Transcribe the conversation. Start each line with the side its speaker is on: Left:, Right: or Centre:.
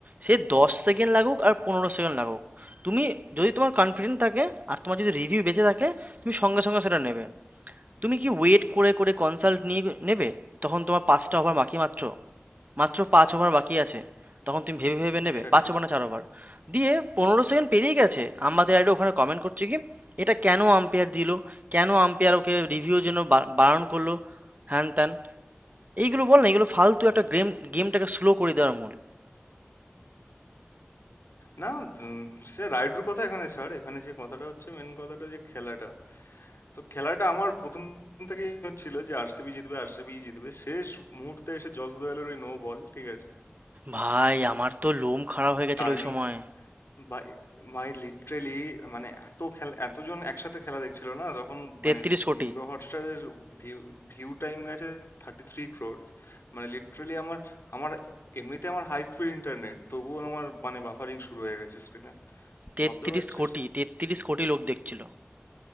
Right: সে দশ সেকেন্ড লাগুক আর পনেরো সেকেন্ড লাগুক তুমি যদি তোমার কনফিডেন্ট থাকে আর তোমার যদি রিভিউ বেঁচে থাকে তুমি সঙ্গে সঙ্গে সেটা নেবে তুমি কি ওয়েট করে করে কনসাল্ট নিয়ে নেবে তখন তোমার পাঁচটা ওভার বাকি মাত্র মাত্র পাঁচ ওভার বাকি আছে তখন তুমি ভেবে ভেবে নেবে
Left: সেটাই
Right: পাঁচ ওভার
Left: সেটাই
Right: না চার ওভার দিয়ে পনেরো সেকেন্ড পেরিয়ে গেছে আমাদের অ্যাডে ওখানে কমেন্ট করছে কি এটা কেন আম্পায়ার দিল কেন আম্পায়ার ওকে রিভিউর জন্য বা- বারণ করলো হ্যান ত্যান এইগুলো বল না এগুলো ফালতু একটা গেম গেমটাকে স্লো করে দেওয়ার মূল
Left: না উম, সে রাইডুর কথা এখানে ছাড় এখানে যে কথাটা হচ্ছে মেন কথাটা যে খেলাটা তো খেলাটা আমার প্রথম থেকেই ছিল যে আরসিবি জিতবে আরসিবি জিতবে শেষ মুহূর্তে এসে জস দোয়েলের ওই নো বল ঠিক আছে
Right: ভাই
Left: উফ
Right: আমার তো লোম খারাপ হয়ে গেছিল
Left: টার্নিং
Right: ওই সময়
Left: বাই মাই লিটারেলি মানে এত খেলা এতজন একসাথে খেলা দেখছিল না তখন
Right: তেত্রিশ
Left: মানে
Right: কোটি
Left: হটস্টারের ভিউ ভিউ টাইম গেছে থার্টি থ্রি ক্রোর্স মানে লিটারেলি আমার আমার এমনিতে আমার হাই স্পিড ইন্টারনেট তবুও আমার মানে বাফারিং শুরু হয়ে গেছে স্ক্রিনে
Right: তেত্রিশ
Left: ভাবতে পারছিস
Right: কোটি তেত্রিশ কোটি লোক দেখছিল